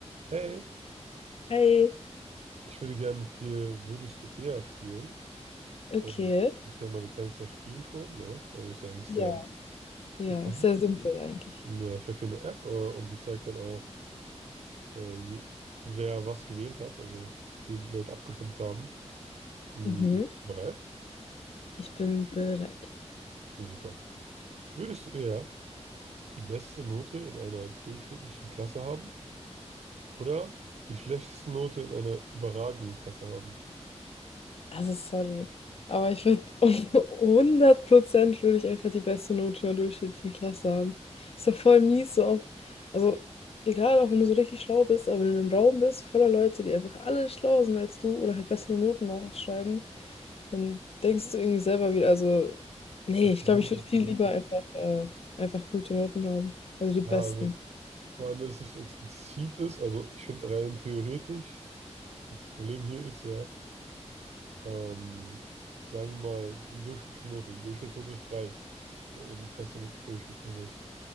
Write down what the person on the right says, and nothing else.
Hey,
ich würde gerne mit dir Würdest du eher spielen?
Und ich denke mal, du kennst das Spiel schon, ne? Also ist ja eigentlich
sehr
bekannt.
Ja, ich habe hier eine App äh, und die zeigt dann auch, äh, je, wer was gewählt hat, also wofür die Leute abgestimmt haben. Hm,
bist du bereit?
Ja, Super. Würdest du eher die beste Note in einer durchschnittlichen Klasse haben oder die schlechteste Note in einer überragenden Klasse haben?
Das
ist
dumm,
ne?
Ja, also Vor allem, weil es nicht explizit ist. Also ich finde rein theoretisch, das Problem hier ist ja, ähm, sagen wir mal, eine durchschnittliche Note. Die Durchschnittsnote ist 3, ne, wenn die Klasse wirklich durchschnittlich ist.